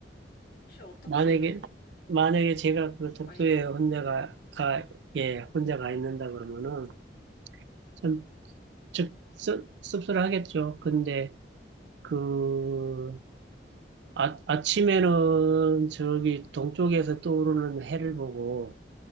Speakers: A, on the left; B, on the right.
A: 혹시 어떻게,
B: 만약에, 만약에 제가 그 독도에
A: 만약에
B: 혼자가,
A: 도쿄에,
B: 가, 예, 혼자 가 있는다 그러면은 참 즉, 씁- 씁쓸하겠죠. 근데 그, 아, 아침에는 저기 동쪽에서 떠오르는 해를 보고,